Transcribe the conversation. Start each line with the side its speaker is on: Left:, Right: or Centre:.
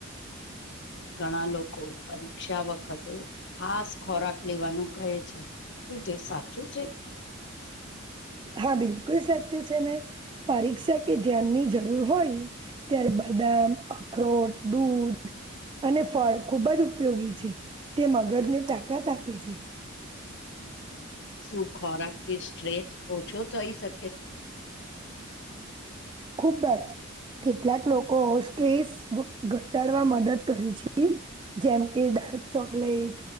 Left: ઘણા લોકો પરીક્ષા વખતે ખાસ ખોરાક લેવાનું કહે છે. શું તે સાચું છે? <inaudible>
Right: હા બિલકુલ સાચું છે ને, પરીક્ષા કે ધ્યાનની જરૂર હોય ત્યારે બધા અખરોટ, દૂધ અને ફળ ખૂબજ ઉપયોગી છે તે મગજને તાકાત આપે છે.
Left: શું ખોરાકથી સ્ટ્રેચ ઓછો થઈ શકે?
Right: ખુબ્બજ. કેટલાંક લોકો સ્ટ્રેસ ઘટાડવા મદદ કરી છે જેમ કે ચોકલેટ,